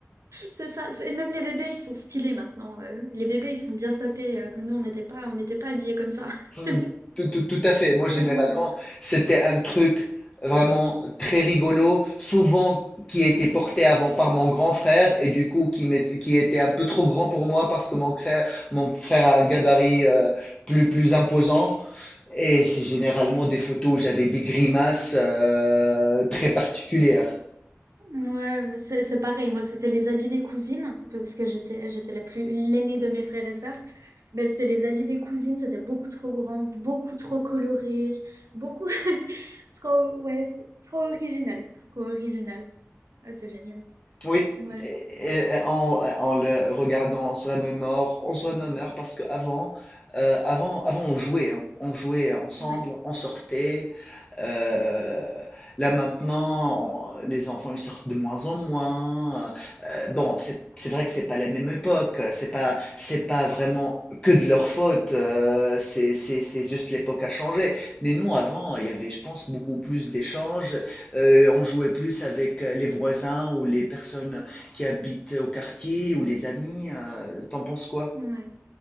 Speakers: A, on the right (about 80°); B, on the left (about 20°).
A: C'est ça, c'est- même les bébés, ils sont stylés maintenant. euh. Les bébés, ils sont bien sapés. euh, que nous, on n'était pas, on n'était pas habillés comme ça. <laughs>
B: Mm. Tout, tout- tout à fait. Moi, généralement,
A: Clairement pas.
B: c'était un truc vraiment très rigolo, souvent qui a été porté avant par mon grand frère et du coup qui, m'était- qui était un peu trop grand pour moi parce que mon frère, mon frère a un gabarit euh, plus, plus imposant. Et c'est généralement des photos où j'avais des grimaces euh, très particulières.
A: Ouais, bah, c'est c'est pareil. Moi, c'était les habits des cousines, parce que j'étais j'étais la plus l'aînée de mes frères et sœurs. Mais c'était les habits des cousines, c'était beaucoup trop grand, beaucoup trop coloré, beaucoup <laughs> trop, ouais, c'est trop original. Trop original. Ouais, c'est génial.
B: Oui,
A: Ouais,
B: et, et en, en le regardant, on se remémore, on se remémore parce qu'avant, avant, euh, avant, avant on jouait, hein. On jouait ensemble,
A: ouais,
B: on sortait, euh, là maintenant, on- les enfants ils sortent de moins en moins. Euh, bon, c'est c'est vrai que c'est pas la même époque. C'est pas c'est pas vraiment que de leur faute. euh, c'est c'est- c'est juste l'époque a changé. Mais nous avant, il y avait, je pense, beaucoup plus d'échanges. Euh, on jouait plus avec euh, les voisins ou les personnes qui habitent au quartier ou les amis. Euh, t'en penses quoi?
A: ouais.